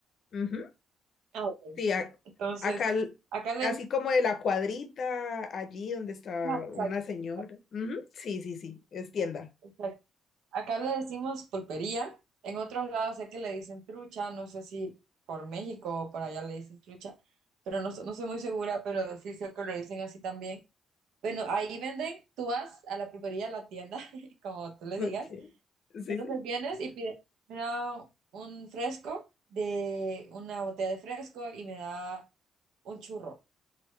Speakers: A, on the left; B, on the right.
A: Ujú.
B: Ah, ok.
A: Sí, a-
B: Entonces,
A: acá, l-
B: acá le
A: así como de la cuadrita, allí donde está
B: decimos, exacto,
A: una señora.
B: exacto,
A: Ujú. Sí, sí, sí, es tienda.
B: exacto. Acá le decimos pulpería. En otros lados sé que le dicen trucha, no sé si por México o por allá le dicen trucha, pero no, so- no soy muy segura, pero sí sé que lo dicen así también. Bueno, ahí venden, tú vas a la pulpería, a la tienda, <laughs> como tú le
A: Ok,
B: digas.
A: sí,
B: Entonces
A: sí.
B: vienes y pides, me da un fresco de una botella de fresco y me da un churro.